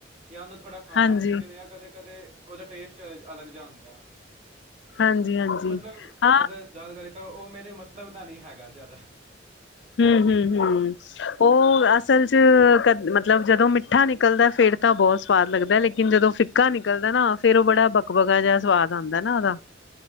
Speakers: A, on the right; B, on the left.
A: ਜਾਂ ਉਹਨੂੰ ਥੋੜ੍ਹਾ ਖਾਣਾ
B: ਹਾਂਜੀ,
A: ਮੁਸ਼ਕਿਲ ਕਦੇ ਕਦੇ ਉਹਦਾ ਟੇਸਟ ਅ ਅਲੱਗ ਜਾ ਹੁੰਦਾ
B: ਹਾਂਜੀ-ਹਾਂਜੀ।
A: ਮਤਲਬ
B: ਹਾਂ,
A: ਅਗਰ ਗੱਲ ਕਰੀਏ ਤਾਂ ਉਹ ਮੇਰੇ ਮਤਲਬ ਦਾ ਨਹੀਂੀ ਹੈਗਾ ਜ਼ਿਆਦਾ।
B: <unintelligible> ਉਹ ਅਸਲ ਚ ਕ ਮਤਲਬ ਜਦੋਂ ਮਿੱਠਾ ਨਿਕਲਦਾ ਫੇਿਰ ਤਾਂ ਬਹੁਤ ਸਵਾਦ ਲੱਗਦਾ ਲੇਕਿਨ ਜਦੋਂ ਫ ਕਾ ਨਿਕਲਦਾ ਨਾ ਫੇਰ ਉਹ ਬੜਾ ਬਕਬਗਾ
A: ਹੂੰ
B: ਜਿਹਾ ਸਵਾਦ ਆਉਂਦਾ ਨਾ ਉਹਦਾ